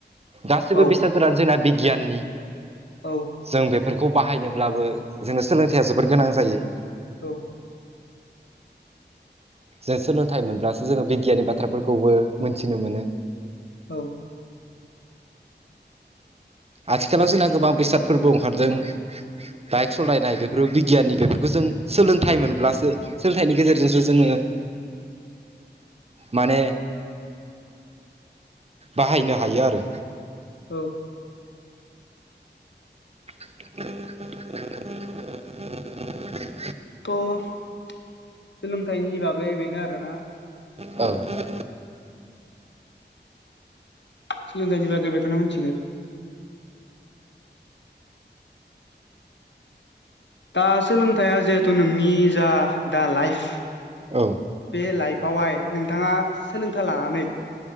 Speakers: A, on the right (about 35°); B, on the left (about 80°).
A: गासिबो
B: औ
A: बेसाद फोरानो जोंना बिगियाननि
B: औ।
A: जों बेफोरखौ बाहायनोब्लाबो जोंनो सोलोंथाइया जोबोर गोनां जायो।
B: औ।
A: जों सोलोंथाइ मोनब्लासो जोङो बिगियाननि बाथ्राफोरखौबो मोनथिनो मोनो।
B: औ।
A: आथिखालाव जोंना गोबां बेसादफोरबो अखारदों। बाइक सलायनाय बेफोर बिगियाननि बेफोरखो जों सोलोंथाइ मोनब्लासो सोलोंथाइनि गेजेरजोंसो जोङो माने बाहायनो हायो आरो।
B: औ।
A: <unintelligible>
B: थ' सोलोंथाइनि बागै बेनो आरोना।
A: औ।
B: सोलोंथाइनि बागै बेखोनो मोन्थिगोन। दा सोलोंथाइया जिहेथु नोंनि जा दा लाइफ
A: औ
B: बे लाइफआवहाय नोंथाङा सोलोंथाइ लानानै